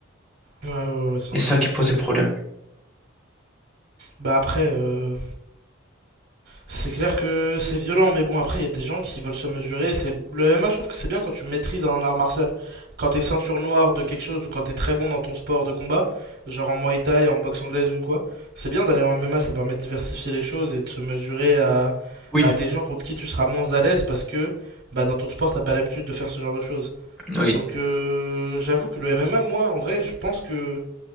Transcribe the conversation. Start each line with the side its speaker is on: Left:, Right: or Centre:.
Right: Ouais, ouais, ouais, c'est
Centre: Et
Right: un
Centre: c'est
Right: peu
Centre: ça
Right: compliqué.
Centre: qui posait problème.
Right: Bah après, euh, C'est clair que c'est violent, mais bon, après, il y a des gens qui veulent se mesurer. C'est Le MMA, je trouve que c'est bien quand tu maîtrises un art martial. Quand t'es ceinture noire de quelque chose ou quand t'es très bon dans ton sport de combat, genre en Muay Thai, en boxe anglaise ou quoi, c'est bien d'aller en MMA, ça permet de diversifier les choses et de se mesurer à,
Centre: Oui,
Right: à des gens contre qui tu seras moins à l'aise parce que bah, dans ton sport, t'as pas l'habitude de faire ce genre de choses.
Centre: oui.
Right: Donc, euh, j'avoue que le MMA, moi, en vrai, je pense que